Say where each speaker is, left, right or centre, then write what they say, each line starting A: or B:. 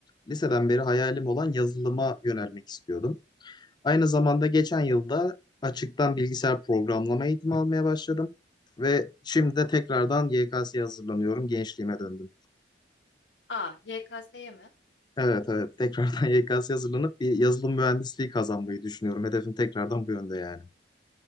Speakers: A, on the left; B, on the left.
A: liseden beri hayalim olan yazılıma yönelmek istiyordum. Aynı zamanda geçen yılda açıktan bilgisayar programlama eğitimi almaya başladım ve şimdi de tekrardan YKS'ye hazırlanıyorum. Gençliğime döndüm.
B: Aa, YKS'ye mi?
A: Evet evet tekrardan <laughs> YKS'ye hazırlanıp bir yazılım mühendisliği kazanmayı düşünüyorum. Hedefim tekrardan bu yönde yani.